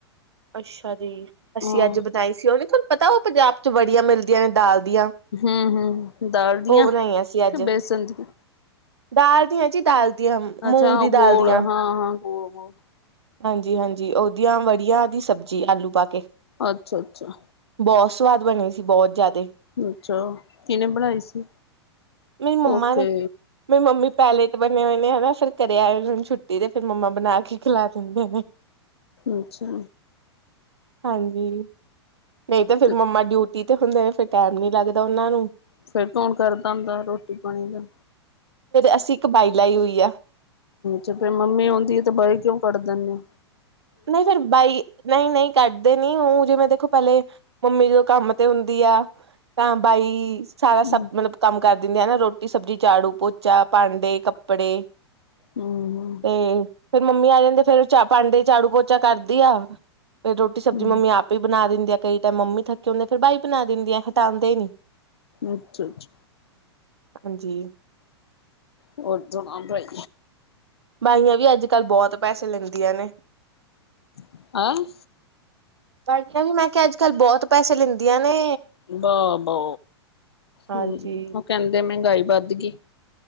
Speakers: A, on the right; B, on the left.
A: ਅੱਛਾ ਜੀ, ਅਸੀਂ
B: ਹਾਂ
A: ਅੱਜ ੳਹ ਬਣਾਈ ਸੀ ਉਹਨ ਤੁਹਾਨੂੰ ਪਤਾ, ਉਹ ਪੰਜਾਬ ਚ' ਬੜੀਆਂ ਮਿਲਦੀਆਂ ਨੇ ਦਾਲ ਦੀਆਂ
B: ਹਮ ਹਮ, ਦਾਲ ਦੀਆਂ,
A: ਉਹ ਬਣਾਈਆਂ ਸੀ ਅੱਜ
B: ਤੇ ਬੇਸਣ ਦੀਆ
A: ਦਾਲ ਦੀਆਂ ਜੀ ਦਾਲ ਦੀਆਂ, ਮੂੰਗ
B: ਅੱਛਾ
A: ਦੀ
B: ਉਹ
A: ਦਾਲ
B: ਗੋਲ
A: ਦੀਆਂ।
B: ਹਾਂ ਹਾਂ ਬੋ,
A: ਹਾਂਜੀ ਹਾਂਜੀ, ਉਹਓਦੀਆਂ ਵੜਆ ਦੀ ਸਬਜ਼ੀ ਆਲੂ ਪਾ ਕੇ
B: ਅੱਛਾ ਅੱਛਾ।
A: ਬਹੁਤ ਸਵਾਦ ਬਣੇ ਸੀ, ਬਹੁਤ ਜਿਆਦਾ।
B: ਅੱਛਾ ਕਿਹਨੇ ਬਣਾਈ ਸੀ?
A: ਮੇਰੀ ਮੰਮਾ
B: ਓਕੇ,
A: ਨੇ ਮੇਰੀ ਮੰਮੀ ਪੈਲੇ ਬਣੇ ਹੋਏ ਨੇ ਹਨਾ, ਫਿਰ ਘਰੇ ਆਏੁ ਛੁੱਟੀ ਤੇ, ਫੇਿਰ ਮੰਮਾ ਬਣਾ ਕੇ ਖਲਾ ਦਿੰਦੇ ਨੇ।
B: ਅੱਛਾ।
A: ਹਾਂਜੀ, ਨਹੀਂ ਤਾਂ ਫੇਿਰ
B: ਤੇ
A: ਮੰਮਾ ਡਿਊਟੀ ਤੇ ਹੁੰਦੇ ਨੇ, ਫਿਰ ਟਾਈਮ ਨੀ ਲੱਗਦਾ ਉਹਨਾਂ ਨੂੰ,
B: ਫੇਰ ਕੌਣ ਕਰਦਾ ਹੁੰਦਾ ਰੋਟੀ ਪਾਣੀ ਦਾ।
A: ਅਸੀਂ ਇੱਕ ਬਾਈ ਲਾਈ ਹੋਈ ਆ।
B: ਜਬ ਫਿਰ ਮੰਮੀ ਆਉਂਦੀ ਆ ਤੇ ਬਾਈ ਕਿਉਂ ਕੱਢ ਦਿੰਦੇ ਆ?
A: ਨਹੀਂ, ਫਿਰ ਬਾਈ ਨਹੀਂ ਨਹੀਂ ਕੱਢਦੇ ਨੀ, ਉਹ ਜਿਵੇਂ ਦੇਖੋ ਪਹਿਲੇ ਮੰਮੀ ਤੋਂ ਕੰਮ ਤੇ ਹੁੰਦੀ ਆ। ਤਾਂ, ਬਾਈ ਸਾਰਾ
B: ਹਮ
A: ਸਭ ਮਤਲਬ ਕੰਮ ਕਰ ਦਿੰਦੀ ਹੈ ਨਾ, ਰੋਟੀ ਸਬਜ਼ੀ, ਝਾੜੂ ਪੋਚਾ, ਭਾਂਡੇ, ਕੱਪੜੇ
B: ਹਮ ਹਮ
A: ਤੇ ਫਿਰ ਮੰਮੀ ਆ ਜਾਂਦੇ, ਫਿਰ ਚਾਹ ਭਾਂਡੇ, ਝਾੜੂ-ਪੋਚਾ ਕਰਦੀ ਆਂ। ਫੇਰ ਰੋਟੀ-ਸਬਜ਼ੀ
B: ਹਮ
A: ਮੰਮੀ ਆਪ ਹੀ ਬਣਾ ਦਿੰਦੀ ਆ, ਕਈ ਟਾਈਮ ਮੰਮੀ ਥੱਕੀ ਹੁੰਦੀ, ਫਿਰ ਬਾਈ ਬਣਾ ਦਿੰਦੀ ਆ, ਹਟਾਂਦੇ ਨੀਂ।
B: ਅੱਛਾ, ਅੱਛਾ।
A: ਹਾਂ ਜੀ।
B: ਹੋਰ ਸੁਣਾ, ਬਾਈ।
A: ਬਾਈਆਂ ਵੀ ਅੱਜ-ਕੱਲ੍ਹ ਬੋਤ ਪੈਸੇ ਲੈਂਦੀਆਂ ਨੇ।
B: ਹੈਂ
A: ਬਾਈਆਂ ਵੀ ਮੈਂ ਕਿਆ, ਅੱਜ-ਕੱਲ੍ਹ ਬੋਤ ਪੈਸੇ ਲੈਂਦੀਆਂ ਨੇ।
B: ਵਾਓ ਬੋ,
A: ਹਾਂਜੀ,
B: ਹਂ, ਉਹ ਕਹਿੰਦੇ ਮਹਿੰਗਾਈ ਵੱਧ ਗਈ।